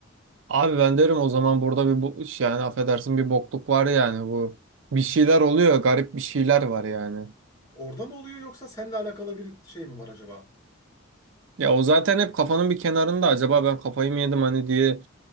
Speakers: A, on the right (about 65°); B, on the left (about 15°).
A: Abi ben derim o zaman burada bir bu iş yani affedersin bir bokluk var yani bu. Bir şeyler oluyor. Garip bir şeyler var yani.
B: Orada mı oluyor yoksa seninle alakalı bir şey mi var acaba?
A: Ya o zaten hep kafanın bir kenarında acaba ben kafayı mı yedim hani diye